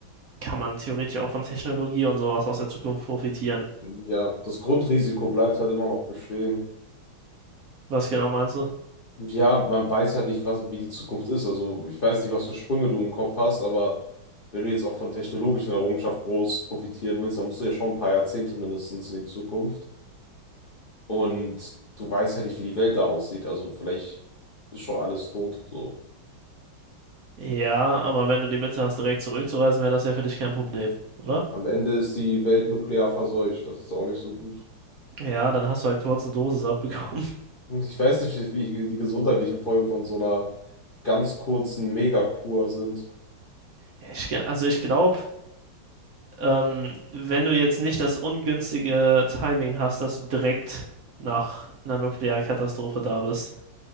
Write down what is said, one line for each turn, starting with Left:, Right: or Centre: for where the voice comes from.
Right: kann man theoretisch auch von Technologie und sowas aus der Zukunft profitieren.
Left: Ja, das Grundrisiko bleibt halt immer noch bestehen.
Right: Was genau meinst du?
Left: Ja, man weiß halt nicht, was, wie die Zukunft ist. Also ich weiß nicht, was für Sprünge du im Kopf hast, aber wenn du jetzt auch von technologischen Errungenschaften groß profitieren willst, dann musst du ja schon ein paar Jahrzehnte mindestens in die Zukunft. Und du weißt halt nicht, wie die Welt da aussieht. Also vielleicht ist schon alles tot. So.
Right: Ja, aber wenn du die Mitte hast, direkt zurückzureisen, wäre das ja für dich kein Problem, oder?
Left: Am Ende ist die Welt nuklear verseucht. Das ist auch nicht so gut.
Right: Ja, dann hast du halt kurz eine Dosis abbekommen. <laughs>
Left: Und ich weiß nicht, wie die gesundheitlichen Folgen von so einer ganz kurzen Megakur sind.
Right: Ja, Ich, ge- also ich glaube, ähm, wenn du jetzt nicht das ungünstige Timing hast, dass du direkt nach einer Nuklearkatastrophe da bist,